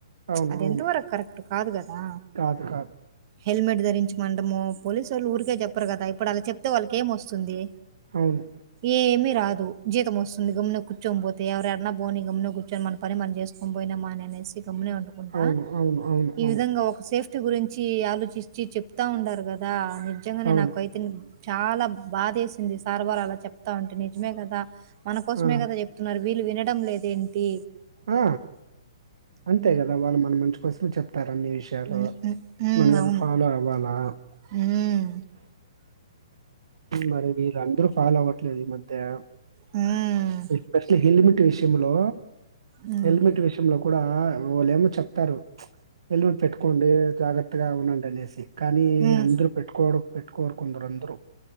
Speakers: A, on the right (about 65°); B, on the right (about 40°).
A: అవును.
B: అది
A: అవును.
B: ఎంత వరకు కరెక్ట్ కాదు కదా
A: కాదు కాదు
B: హెల్మెట్ ధరించమంటము పోలీసు వాళ్ళు ఊరికే చెప్పరు కదా ఇప్పుడు అలా చెప్తే వాళ్ళకి ఏం వస్తుంది
A: అవును.
B: ఏ ఏమి రాదు జీతం వస్తుంది గమ్మున కూర్చొని పోతే ఎవరెరైనా పోని గమ్మున కూర్చొని మన పని మనం చేస్కొని పోయినామా అని అనేసి తొమ్మునే వండుకుండా
A: అవును. అవును. అవును.
B: ఈ
A: అవును.
B: విధంగా ఒక సేఫ్ టి గురించి ఆలోచించ్చి చెప్తా ఉండారు కదా నిజంగానే
A: అవును.
B: నాకు అైతే చాలా బాదేసింది సార్ వాల్ అలా చెప్తా ఉంటే నిజమే కదా మన కోసమే
A: ఆ!
B: కదా చెప్తున్నారు. వీళ్ళు వినడం లేదేంటీ
A: ఆ అంతే కదా వాళ్ళు మన మంచి కోసమే చెప్ తారు అన్ని విషయాలు
B: హ్మ్. హ్మ్. హ్మ్.
A: మనం అది
B: అవును.
A: ఫాలో అవ్వాలా
B: హ్మ్.
A: మరి వీరందరూ ఫాలో అవ్వట్లేదు ఈ మధ్యా
B: హ్మ్.
A: స్పషల్ హెల్మెట్ విషయంలో
B: హ్మ్.
A: హెల్మెట్ విషయంలో కూడా వాళ్ళేమో చెప్తారు. హెల్మెట్ పెట్టుకోండి జాగ్రత్తగా ఉందండి అనేసి కానీ
B: హ్మ్.
A: అందరు పెట్టుకోవడం పెట్టుకోరు కొందరందరూ